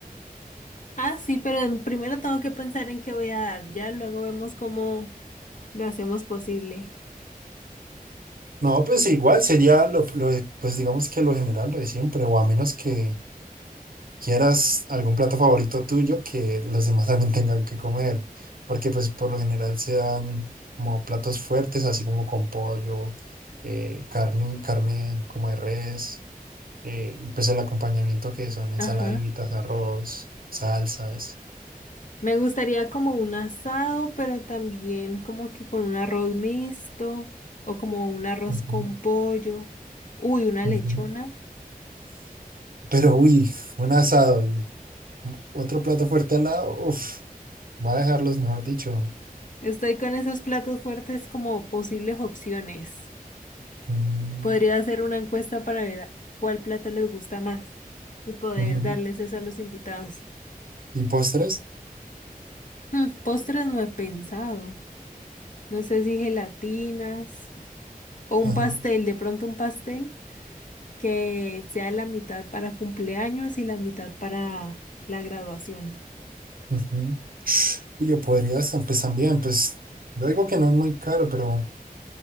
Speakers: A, on the left; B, on the right.
A: Ah, sí, pero primero tengo que pensar en qué voy a dar. Ya luego vemos cómo lo hacemos posible.
B: No, pues igual sería lo, lo de- pues digamos que lo general, lo de siempre, o a menos que quieras algún plato favorito tuyo que los demás también <laughs> tengan que comer, porque pues por lo general se dan como platos fuertes, así como con pollo, eh, carne, carne como de res, eh, y pues el acompañamiento que son ensaladitas,
A: Ajá.
B: arroz, salsas.
A: Me gustaría como un asado, pero también como que con un arroz mixto o como un arroz
B: Ujú,
A: con pollo. Uy, una
B: ujú.
A: lechona.
B: Pero uy, un asado, y otro plato fuerte al lado, uff, va a dejarlos, mejor dicho.
A: Estoy con esos platos fuertes como posibles opciones.
B: Mm,
A: Podría hacer una encuesta para ver cuál plato les gusta más y poder
B: ujú.
A: darles eso a los invitados.
B: ¿Y postres?
A: Hmm, postres no he pensado. No sé si gelatinas o un
B: Ajá.
A: pastel, de pronto un pastel. que sea la mitad para cumpleaños y la mitad para la graduación.
B: Ujú. Y yo podría estar, pues también, pues yo digo que no es muy caro, pero